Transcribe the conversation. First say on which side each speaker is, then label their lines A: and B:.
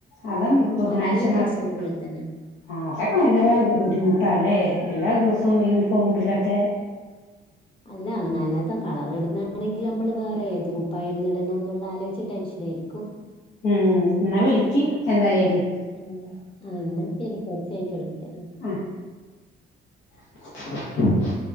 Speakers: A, on the left (about 75°); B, on the left (about 25°).
A: അതും ബുധനാഴ്ച
B: ആഹ് എല്ലാ
A: മാത്രം
B: ദിവസവും ഒരുപോലെ തന്നെ
A: ആ അതൊക്കെ ഭയങ്കര ബുദ്ധിമുട്ടാല്ലേ എല്ലാ ദിവസവും യൂണിഫോം
B: ഉം.
A: ഉടിലൊക്കെ
B: അല്ല നല്ലത കളർടുന്നാണെങ്കിൽ നമ്മള് വേറെ ഏത് കുപ്പയിന്നിടണം എന്നുള്ള ആലോയിച്ച് ടെൻഷൻ ആരിക്കു
A: ഉം ന്നവിളിക്കി എന്തായാലും
B: ആ ആ എന്നാ ശരി കുറച്ച കഴിഞ്ഞട്ട് വിളിക്കാം ആഹ്
A: ആ <inaudible>